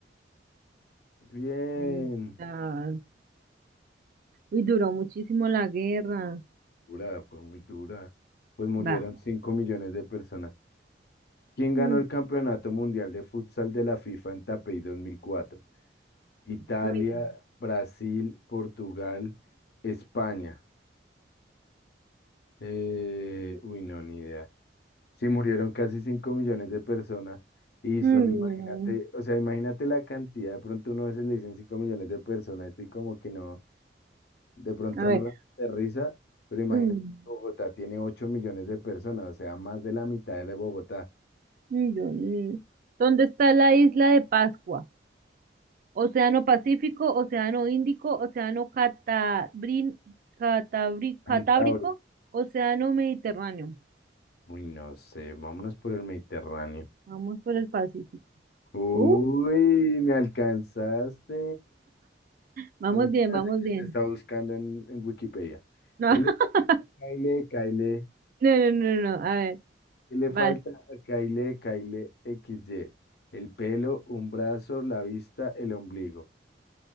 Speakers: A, on the left; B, on the right.
A: Bien.
B: Ahí está. Uy, duró muchísimo la guerra.
A: Dura, fue muy dura. Pues murieron
B: Vamos.
A: 5 millones de personas. ¿Quién ganó
B: Mm,
A: el Campeonato Mundial de Futsal de la FIFA en Taipei 2004? Italia,
B: bueno.
A: Brasil, Portugal, España. Eh, uy, no, ni idea. Sí, murieron casi 5 millones de personas y
B: Mm,
A: solo imagínate, o sea, imagínate la cantidad, de pronto uno a veces le dicen 5 millones de personas y como que no, de pronto
B: no. a ver.
A: no la aterriza, pero imagínate,
B: Mm,
A: Bogotá tiene 8 millones de personas, o sea, más de la mitad de la de Bogotá,
B: mm, Dios mío. ¿Dónde está la isla de Pascua? Océano Pacífico, Océano Índico, Océano Catabrin- Catabri-
A: Cantabria.
B: Catábrico, Océano Mediterráneo.
A: Uy, no sé, vámonos por el Mediterráneo.
B: Vamos por el Pacífico.
A: Uy,
B: Uh,
A: me alcanzaste.
B: vamos
A: A mí
B: bien,
A: se me
B: vamos
A: hace que
B: bien.
A: se está buscando en, en Wikipedia.
B: No,
A: ¿Qué le pasa?
B: <laughs>
A: Caile, Caile.
B: no, no, no, no. A ver,
A: ¿Qué le
B: vas.
A: falta a Kyle Kyle XY? El pelo, un brazo, la vista, el ombligo.